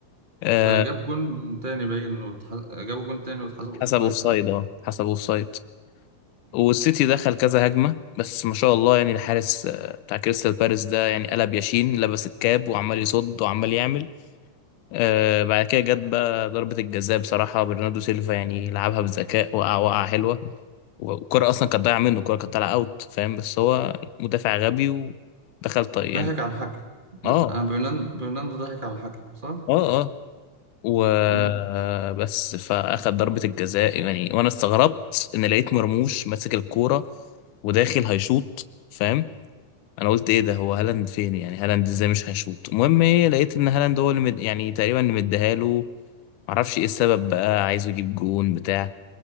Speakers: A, on the left; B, on the right.
A: آه
B: ده جاب جون تاني باين وتح... جابوا جون تاني واتحسب اوفسايد
A: حسب اوفسايد
B: صح
A: اه حسب اوفسايد
B: مم.
A: والسيتي دخل كذا هجمة بس ما شاء الله يعني الحارس آه، بتاع كريستال بالاس ده يعني قلب ياشين لبس الكاب وعمال يصد وعمال يعمل آه بعد كده جت بقى ضربة الجزاء بصراحة برناردو سيلفا يعني لعبها بذكاء وقع وقع حلوة والكرة أصلا كانت ضايعة منه الكرة كانت طالعة أوت فاهم بس هو مدافع غبي ودخل طيب يعني
B: ضحك على الحكم ده...
A: اه
B: آه، برنان... برناندو ضحك على الحكم صح
A: اه اه وبس
B: امم
A: فأخد ضربة الجزاء يعني وأنا استغربت إن لقيت مرموش ماسك الكورة وداخل هيشوط فاهم انا قلت ايه ده هو هالاند فين يعني هالاند ازاي مش هيشوط المهم ايه لقيت ان هالاند هو اللي مد... يعني تقريبا اللي مديها له معرفش ايه السبب بقى عايزه يجيب جون بتاع